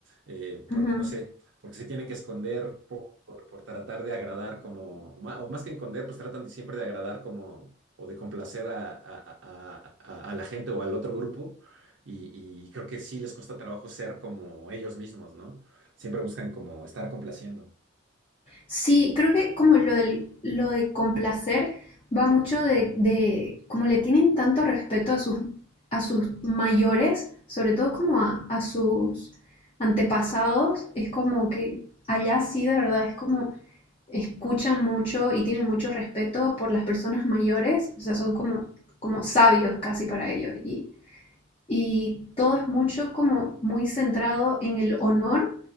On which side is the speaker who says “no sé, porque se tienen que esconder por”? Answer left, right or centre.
Right